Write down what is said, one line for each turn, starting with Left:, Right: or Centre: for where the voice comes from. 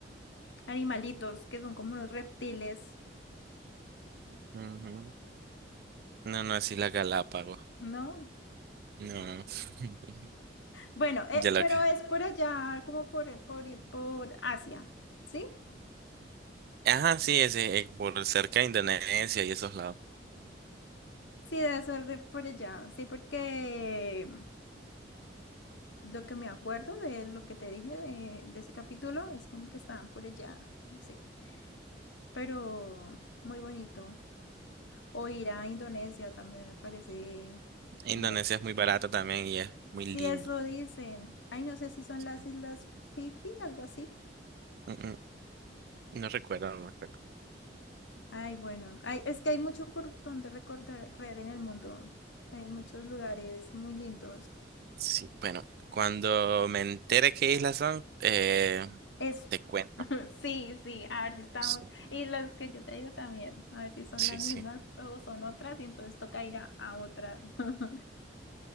Left: animalitos que son como unos reptiles,
Right: ujú. No, no es Isla Galápagos.
Left: ¿no?
Right: No. <laughs>
Left: Bueno, eh,
Right: Ya lo
Left: pero
Right: que.
Left: es por allá, como por, por, por Asia, ¿sí?
Right: Ajá, sí, es, eh, eh, por cerca de Indonesia y esos lados.
Left: Sí, debe ser de por allá, sí, porque lo que me acuerdo de lo que te dije de, de ese capítulo es como que estaban por allá, sí, pero muy bonito. O ir a Indonesia también me parece,
Right: Indonesia
Left: unas-
Right: es muy barata también y es muy
Left: sí,
Right: lindo.
Left: eso dicen. Ay, no sé si son las
Right: Mm,
Left: Islas Fifi, algo así.
Right: mm, mm, No recuerdo, no recuerdo.
Left: Ay, bueno, hay es que hay mucho por donde recorrer en el mundo. Hay muchos lugares muy lindos.
Right: Sí, bueno, cuando me entere qué islas son, eh,
Left: Eso.
Right: te cuento.
Left: <laughs> Sí, sí, a ver si estamos.
Right: Sí,
Left: Y los que yo te digo también, a ver si son
Right: sí,
Left: las mismas
Right: sí.
Left: o son otras, y entonces toca ir a, a otras, <laughs>